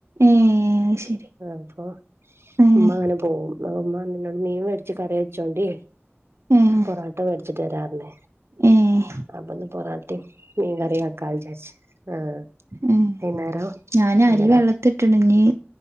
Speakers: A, on the right; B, on the right.
A: ഏഹ് അത് ശരി
B: ആഹ് അപ്പൊ
A: ഏഹ്
B: ഉമ്മ അങ്ങനെ പോവും ന്നാള് ഉമ്മ നിന്നോട് മീൻ മേടിച്ച് കറി വെച്ചോണ്ടേ
A: ഏഹ്
B: പൊറോട്ട മേടിച്ചിട്ട് വരാറില്ലേ
A: ഏഹ്
B: അപ്പൊന്ന് പൊറാട്ടേം മീൻ കറിയാക്കാ വിജാരിച്ച് ആഹ്
A: ഉം
B: വൈന്നേരം
A: ഞാന് അരി
B: അങ്ങനെ
A: വെള്ളത്തി ഇട്ടിണ്ടങ്കി